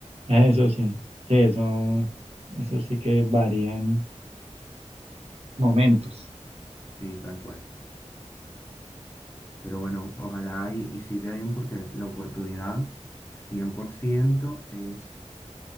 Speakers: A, on the right (about 55°); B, on the left (about 20°).
A: Ah, Eso sí, sí, eso, eso sí que varían momentos.
B: Sí, tal cual. Pero bueno, ojalá y, y sí te den porque la oportunidad 100% es,